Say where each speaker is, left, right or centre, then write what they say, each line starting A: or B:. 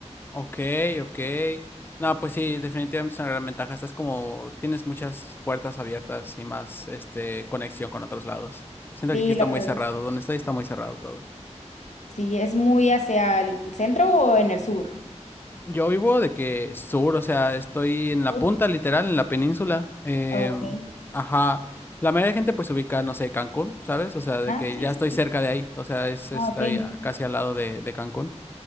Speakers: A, on the left (about 20°); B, on the left (about 80°).
A: Ok, ok. No, pues sí, definitivamente es una gran ventaja. Estás como, tienes muchas puertas abiertas y más, este, conexión con otros lados. Siento
B: Sí,
A: que aquí está
B: la
A: muy
B: verdad,
A: cerrado.
B: es-
A: Donde estoy está muy cerrado todo.
B: sí, es muy hacia el centro o en el sur.
A: Yo vivo de que sur, o sea, estoy en la
B: Sur,
A: punta, literal, en la península. Em,
B: ok.
A: ajá. La mayoría de gente pues se ubica, no sé, Cancún, ¿sabes? O sea, de
B: Ah,
A: que
B: sí,
A: ya
B: sí.
A: estoy cerca
B: sí.
A: de ahí. O sea, es, estoy
B: Ah, ok.
A: a- casi al lado de, de Cancún.